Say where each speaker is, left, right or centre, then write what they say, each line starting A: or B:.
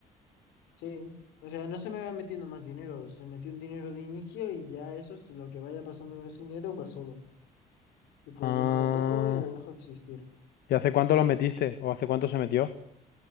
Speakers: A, on the left; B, on the left.
A: Sí. O sea, no se me va metiendo más dinero. Se metió un dinero de inicio y ya eso es lo que vaya pasando con ese dinero va solo. Tipo,
B: Ah,
A: yo no lo toco y lo dejo existir.
B: ¿y hace cuánto lo metiste o hace cuánto se metió?